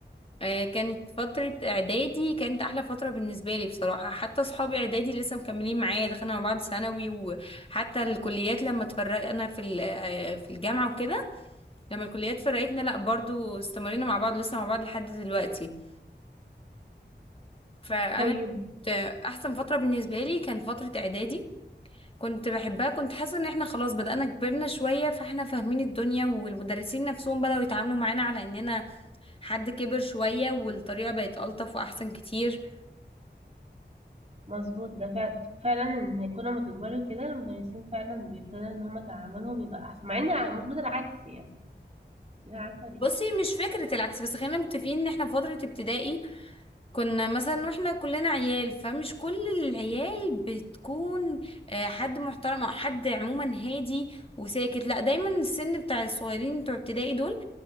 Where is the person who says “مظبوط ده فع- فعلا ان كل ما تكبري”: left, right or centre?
Right